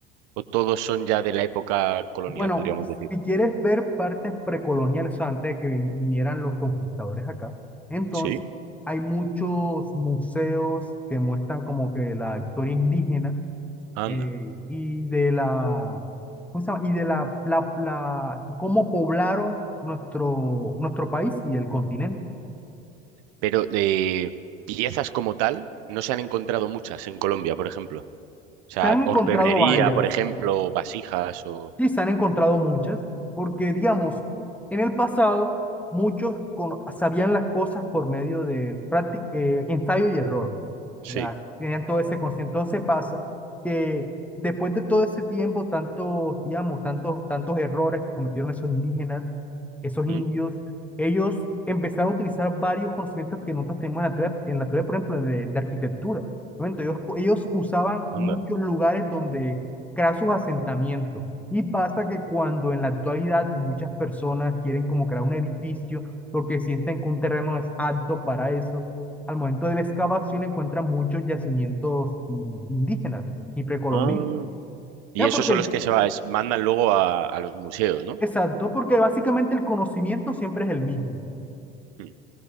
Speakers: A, on the right (about 60°); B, in the centre.
A: ¿O todos son ya de la época colonial,
B: Bueno,
A: podríamos decir?
B: si quieres ver partes precoloniales, antes de que vinieran los conquistadores acá, entonces
A: Sí,
B: hay muchos museos que muestran como que la historia indígena
A: anda.
B: eh, y de la, ¿cómo se llama? Y de la, la, la- cómo poblaron nuestro, nuestro país y el continente.
A: Pero de piezas como tal, no se han encontrado muchas en Colombia, por ejemplo. O sea,
B: Se han encontrado
A: orfebrería,
B: varias.
A: por ejemplo, vasijas o...
B: Sí, se han encontrado muchas, porque digamos, en el pasado muchos cono- sabían las cosas por medio de prácti- eh, ensayo y error,
A: Sí.
B: ya tenían todo ese conocimiento. Entonces pasa que después de todo ese tiempo, tantos, digamos, tantos, tantos errores que cometieron esos indígenas, esos indios,
A: ¿Mm?
B: ellos empezaron a utilizar varios conocimientos que nosotros tenemos en la teoría, en la teoría, por ejemplo, de, de arquitectura. ¿no? Entonces, ellos ellos usaban
A: Anda.
B: muchos lugares donde crear sus asentamientos. Y pasa que cuando en la actualidad muchas personas quieren como crear un edificio porque sienten que un terreno es apto para eso, al momento de la excavación encuentran muchos yacimientos in- indígenas y precolombinos.
A: Ah, y
B: Ya
A: esos
B: porque
A: son
B: el,
A: los que se va- es- mandan luego a, a los museos, ¿no?
B: exacto, porque básicamente el conocimiento siempre es el mismo.
A: Mm,